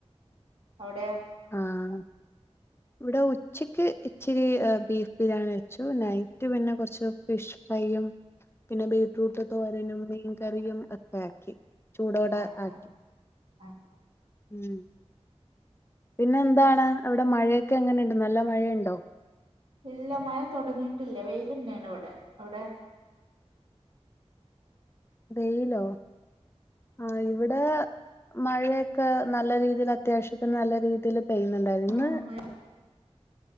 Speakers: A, on the right (about 55°); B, on the left (about 20°).
A: അവിടെയോ?
B: ആഹ് ഇവിടെ ഉച്ചയ്ക്ക് ഇച്ചിരി ബീഫ് ബിരിയാണി വെച്ചു നൈറ്റ് പിന്നെ കൊർച്ച് ഫിഷ് ഫ്രൈയും പിന്നെ ബീട്ട്റൂട്ട് തോരനും, മീൻകറിയും ഒക്കെ ‌ക്കി ചൂടോടെ
A: ആഹ്
B: ആക്കി
A: ആഹ് ആഹ്
B: മ് പിന്നെ എന്താണ് അവിടെ മഴയൊക്കെ എങ്ങനെണ്ട് നല്ല മഴയുണ്ടോ?
A: ഇല്ല മഴ തോടങ്ങിട്ടില്ല വെയിലെന്നെണ് ഇവടെ അവിടെ?
B: വെയ്ലോ? ആഹ് ഇവിടെ മഴയൊക്കെ നല്ല രീതീല് അത്യാവശ്യത്തിന് നല്ല രീതീല് പെയ്യുന്നുണ്ടായിര്ന്ന്
A: ആഹ്
B: ഇന്ന്
A: മഴ